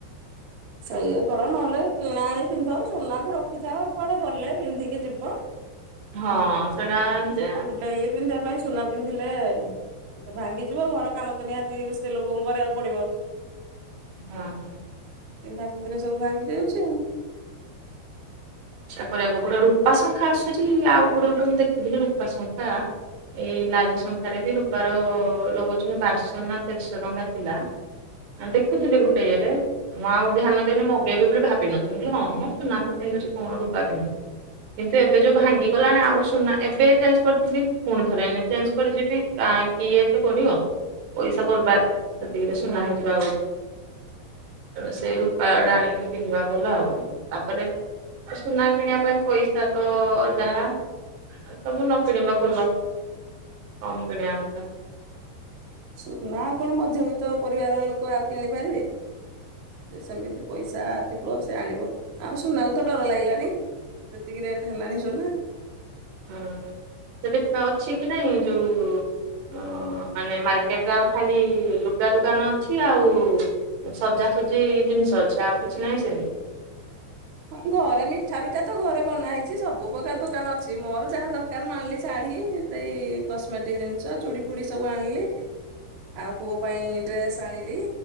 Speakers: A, on the right (about 80°); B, on the right (about 65°).
A: ସେଇଆା କର, ନହେଲେ କିଣା ଆଣି ପିନ୍ଧ, ସୁନାକୁ ରଖିଥାଅ, କୁଆଡେ ଗଲେ ପିନ୍ଧିକି ଯିବ।
B: ହଁ ସେଟା ଯେ
A: ଡେଲି ପିନ୍ଧିବା ପାଇଁ ସୁନା ପିନ୍ଧିଲେ ଏ ଭାଙ୍ଗିଯିବ ଘର କାମ ତ ନିହାତି ସ୍ତ୍ରୀ ଲୋକଙ୍କୁ କରିବାକୁ ପଡିବ।
B: ହଁ ହଁ <unintelligible>
A: ପିନ୍ଧା ପିନ୍ଧିରେ ସବୁ ଭାଙ୍ଗି ଯାଉଛି ଆଉ।
B: ସେଆ କରିବାକୁ ପଡ଼ିବ। ରୂପା ଶଙ୍ଖା ଆସୁଛି ଆଉ କୋଟେ ଗୋଟେ ମୁଁ ଦେଖିଥିଲି ରୂପା ଶଙ୍ଖା। ଏଇ ଲାଲି ଶଙ୍ଖାରେ ବି ରୂପାର ଲଗଉଛନ୍ତି ବାରଶହ ନା ତେରଶହ ଟଙ୍କା ଥିଲା। ଆ ଦେଖୁଥିଲି ଗୋଟେ ଇଏରେ। ମୁଁ ଆଉ ଧ୍ୟାନ ଦେଇନି ମଗେଇବି ବୋଲି ଭାବିନଥିଲି ମୁଁ କହିଲି ହଁ ମଁ ସୁନା ତ ପିନ୍ଧୁଛି। କଣ ରୂପା ପିନ୍ଧିବି? କିନ୍ତୁ ଏବେ ଯୋଉ ଭାଙ୍ଗିଗଲାଣି ଆଉ ସୁନା ଏବେ ଚେଞ୍ଜ କରିଥିଲି ପୁଣି ଥରେ ଏଇନେ ଚେଞ୍ଜ କରି ଯିବି। କାହିଁକି ଇଏ ଏତେ କରିବ ପଇସା ବର୍ବାଦ? ସେତିକିରେ ସୁନା
A: ହଁ
B: ହେଇଯିବ ଆଉ ଗୋଟେ। ସେଇ ରୂପା ଟା ଆଣିକି ପିନ୍ଧିବା ଭଲ ଆଉ ତାପରେ ସୁନା କିଣିବା ପାଇଁ ପଇସା ତ ଯାହା ସବୁ ନ କିଣିବା ଭଲ କମ କିଣିବା କଥା।
A: ସୁନା ଆଉ କଣ ମଧ୍ୟବିତ୍ତ ପରିବାର ଲୋକ ଆଉ କିଣିପାରିବେ? ଯେ ସେମିତି ପଇସା ଥିବ, ସେ ଆଣିବ, ଆଉ ସୁନାକୁ ତ ଡର ଲାଗିଲାଣି। ଯେତିକି ରେଟ୍ ହେଲାଣି ସୁନା।
B: ହଁ ସେଠି ଅଛି କି ନାହିଁ ଯୋଉଁ ଓ ମାନେ ମାର୍କେଟରେ ଆଉ ଖାଲି ଲୁଗା ଦୋକାନ ଅଛି ଆଉ ସଜାସଜି ଜିନିଷ ଅଛି ଆଉ କିଛି ନାହିଁ ସେମିତି।
A: ହଁ ଘରେ ମିଠା ବିଠା ତ ଘରେ ବନା ହେଇଛି ସବୁ ପ୍ରକାର ଦୋକାନ ଅଛି ମୋର ଯାହା ଦରକାର ମୁଁ ଆଣିଲି ଶାଢୀ ସେଇ କସ୍ମେଟିକ ଜିନିଷ ଚୁଡି ଫୁଡି ସବୁ ଆଣିଲି ଆଉ ପୁଅ ପାଇଁ ଡ୍ରେସ ଆଣିଲି